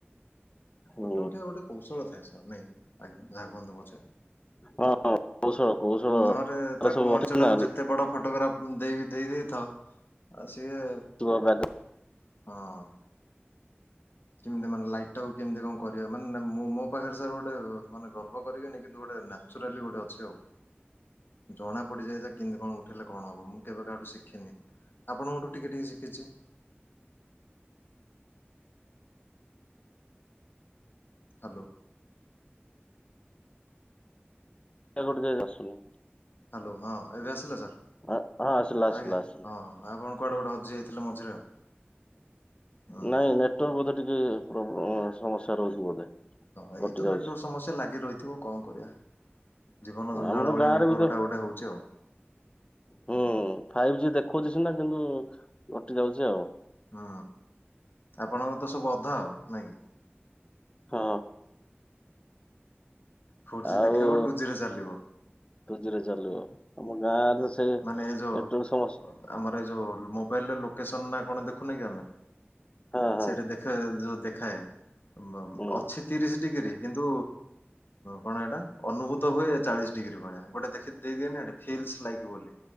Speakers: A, on the left; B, on the left.
A: ହୁଁ
B: ଫଟୋ ଉଠିବା ର ଗୋଟେ କୌଶଳ ଥାଏ ସାର୍ ନାଇଁ ଆଜ୍ଞା ଯାହାକୁଅନ୍ତୁ ପଛେ।
A: ହଁ କୌଶଳ କୌଶଳ
B: ନହରେ
A: ତାର
B: ତାକୁ
A: ସବୁ
B: ମଣିଷ
A: ଅଛି
B: ଟାକୁ
A: ନା
B: ଯେତେ ବଡ ଫଟୋଗ୍ରାଫ। ଦେଇକି ଦେଇ ଦେଇ ଥାଅ ଆଉ ସିଏ।
A: ଟୂଆରାଗ।
B: ହଁ। କେମିତି ମାନେ ଲାଇଟ୍ ଟାକୁ କେମିତି କଣ କରିବା ମାନେ ମୁଁ ମୋ ପାଖରେ ସାର୍ ଗୋଟେ ମାନେ ଗର୍ବ କରିବିନି କିନ୍ତୁ ଗୋଟେ ନା। ଚୁରାଲି ଗୋଟେ ଅଛି ଆଉ। ଜଣା ପଡ଼ିଯାଏ ଯେ କେମିତି କଣ ଉଠେଇଲେ କଣ ହବ ମୁଁ କେବେ କାହାଠୁ ଶିଖିନି। ଆପଣଙ୍କ ଠୁ ଟିକେ ଟିକେ ଶିଖିଛି। ହାଲୋ।
A: <unintelligible> ଆସୁନି।
B: ହାଲୋ ହଁ ଏବେ ଆସିଲା ସାର୍
A: ହଁ ଆସିଲା ଆସିଲା
B: ଆଜ୍ଞା
A: ଆସିଲା।
B: ହଁ ହଁ। ଆପଣ କୁଆଡ଼େ ଗୋଟେ ହଜିଯାଇଥିଲେ ମଝିରେ ଆଉ। ହୁଁ
A: ନାଇଁ
B: ହୁଁ।
A: ନେଟୱାର୍କ ବୋଧେ ଟିକେ ପ୍ରୋ ସମସ୍ୟା ରହୁଚି ବୋଧେ।
B: ହଁ ଏଇତ
A: କଟି ଯାଉଛି।
B: ନେଟୱାର୍କ ସମସ୍ୟା ଲାଗିରହିଥିବ କଣ କରିବା। ଜୀବନ ଜଞ୍ଜାଳ
A: ଆମର
B: ଭଳିଆ
A: ଗାଁରେ
B: ନେଟୱାର୍କ
A: ବି ତ
B: ଟା ଗୋଟେ ହଉଛି ଆଉ।
A: ହୁଁ ଫାଇଭି ଜି ଦେଖଉଛି ସିନା କିନ୍ତୁ କଟି ଯାଉଚି ଆଉ।
B: ହୁଁ ଆପଣଙ୍କର ତ ସବୁ ଅଧା ଆଉ ନାଇଁ କି।
A: ହଁ
B: ଫୋର୍ ଜି
A: ଆଉ
B: ଦେଖେଇବ ଟୁ ଜି ରେ ଚାଲିବ।
A: ଟୁ ଜି ରେ ଚାଲିବ ଆମ ଗାଁରେ ସେ ନେଟୱାର୍କ
B: ମାନେ ଏ ଯୋଉ
A: ସମ
B: ଆମର ଏଇ ଯୋଉ ମୋବାଇଲ୍ ରେ ଲୋକେସନ୍ ନା କଣ ଦେଖୁନେ କି ଆମେ
A: ହଁ ହଁ
B: ସେଟା ଦେଖାଏ ଯଉ ଦେଖାଏ ବ
A: ହୁଁ
B: ଅଛି ତିରିଶ୍ ଡିଗ୍ରୀ କିନ୍ତୁ କଣ ଏଇଟା ଅନୁଭୂତ ହୁଏ ଚାଳିଶି ଡ଼ିଗ୍ରୀ ଭଳିଆ ଗୋଟେ ଦେଖି ଦେଇଦିଏନି ଫିଲ୍ସ୍ ଲାଇକ୍ ବୋଲି